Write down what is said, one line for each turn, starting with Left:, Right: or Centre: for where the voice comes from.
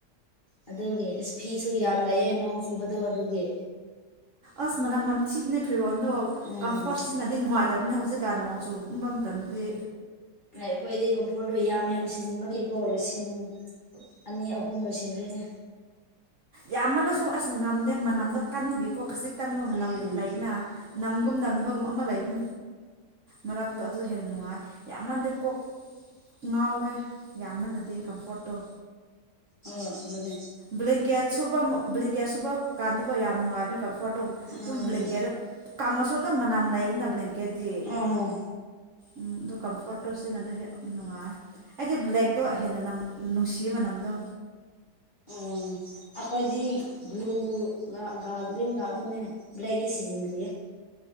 Left: ꯑꯗꯨꯒꯤ ꯑꯁ ꯐꯤꯁꯨ ꯌꯥꯎ ꯂꯌꯦꯦ ꯅꯣꯡ ꯆꯨꯕꯗꯣ ꯑꯗꯨꯒꯤ
Right: ꯑꯁ ꯃꯅꯝ ꯅꯝꯊꯤꯕꯅꯦ ꯐꯤꯔꯛꯑꯣ ꯑꯗꯣ
Left: ꯎꯝ
Right: ꯀꯝꯐꯣꯔꯠ ꯁꯤꯖꯤꯟꯅꯗꯤꯩ ꯉꯥꯏꯇꯦ ꯇꯕꯅꯤ ꯍꯧꯖꯤꯛꯀꯥꯟ ꯅꯣꯡ ꯆꯨꯨꯝꯕ ꯃꯇꯝꯗꯗꯤ
Left: ꯑꯩꯈꯣꯏꯗꯤ ꯀꯝꯐꯣꯔꯠꯗ ꯌꯥꯝ ꯌꯥꯝ ꯁꯤꯖꯤꯟꯕꯒꯤꯀꯣ ꯂꯤꯁꯤꯡ ꯑꯅꯤ ꯑꯍꯨꯝ ꯂꯣꯏꯁꯤꯟꯈ꯭ꯔꯦ <inaudible>
Right: ꯌꯥꯝꯃꯜꯂꯁꯨ ꯑꯁꯁꯨ ꯉꯝꯗꯦ ꯃꯅꯝꯗꯣ ꯀꯟꯕꯒꯤꯀꯣ ꯈꯖꯤꯛꯇꯪꯕ ꯃꯅꯝ
Left: ꯎꯝ
Right: ꯂꯥꯏꯔꯤꯛꯅ ꯅꯝꯒꯨꯝ ꯅꯝꯅꯕꯒꯨꯝ ꯑꯃ ꯂꯩꯕ ꯃꯔꯛꯇꯣ ꯑꯗꯨ ꯍꯦꯟꯅ ꯅꯨꯡꯉꯥꯏ ꯌꯥꯝꯃꯟꯗꯤ ꯀꯣꯛ ꯉꯥꯎꯋꯦ ꯌꯥꯝꯃꯜꯂꯗꯤ ꯀꯝꯐꯣꯔꯠꯇꯣ
Left: ꯑ ꯑꯗꯨꯅꯦ
Right: ꯕ꯭ꯂꯤꯡꯀꯦꯠ ꯁꯨꯕ ꯕ꯭ꯡꯀꯦꯠ ꯁꯨꯕ ꯀꯥꯟꯗꯤꯀꯣ ꯌꯥꯝ ꯅꯨꯡꯉꯥꯏꯕꯅꯦ ꯐꯣꯇꯣ
Left: ꯎꯝ
Right: ꯑꯗꯨꯝ ꯕ꯭ꯂꯦꯡꯀꯦꯠꯇ ꯀꯪꯉꯁꯨ ꯑꯗꯨꯝ ꯃꯅꯝ ꯂꯩꯗꯅ ꯕ꯭ꯂꯦꯡꯀꯦꯠꯇꯤ
Left: ꯎꯝ
Right: ꯎꯝ ꯑꯗꯨ ꯀꯝꯐꯣꯔꯠꯇꯣ ꯁꯤꯖꯤꯟꯅꯗꯣ ꯍꯦꯛ ꯅꯨꯡꯉꯥꯏ ꯑꯩꯗꯤ ꯕ꯭ꯂꯦꯛꯇꯣ ꯍꯦꯟꯅ ꯅ ꯅꯨꯡꯁꯤꯌꯦ ꯃꯅꯝꯗꯣ
Left: ꯎꯝ ꯑꯩꯈꯣꯏꯗꯤ ꯕ꯭ꯂꯨꯒꯒ ꯒ꯭ꯔꯤꯟꯒ ꯑꯗꯨꯅꯦ ꯕ꯭ꯂꯦꯛ ꯍꯂꯤ ꯁꯖꯤꯤꯟꯔꯤ